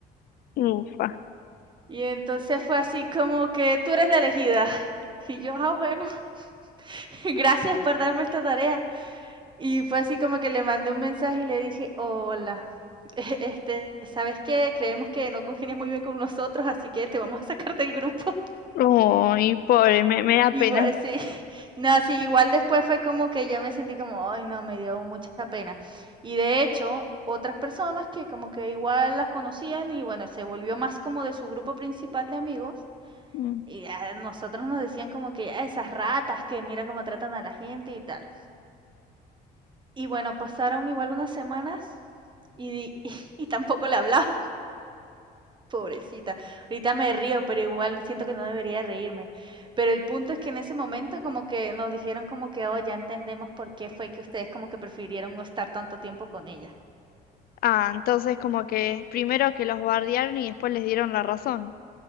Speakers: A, on the left; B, on the right.
A: Ufa.
B: Y entonces fue así como que tú eres la elegida. Y yo, ah, bueno, <laughs> gracias por darme esta tarea. Y fue así como que le mandé un mensaje y le dije, hola, <laughs> este, ¿sabes qué? Creemos que no congenias muy bien con nosotros, así que te vamos a sacar del grupo.
A: Uy, pobre, me, me da
B: Igual,
A: pena.
B: sí. <laughs> No, sí, igual después fue como que yo me sentí como, ay, no, me dio mucha pena. Y de hecho, otras personas que como que igual las conocían y bueno, se volvió más como de su grupo principal de amigos.
A: mm,
B: Y a nosotros nos decían como que "Ah, esas ratas que mira cómo tratan a la gente y tal. Y bueno, pasaron igual unas semanas y, <laughs> y, tampoco le hablaba. Pobrecita. Ahorita me río, pero igual siento que no debería reírme. Pero el punto es que en ese momento como que nos dijeron como que, oh, ya entendemos por qué fue que ustedes como que prefirieron no estar tanto tiempo con ella.
A: Ah, entonces como que primero que los bardearon y después les dieron la razón.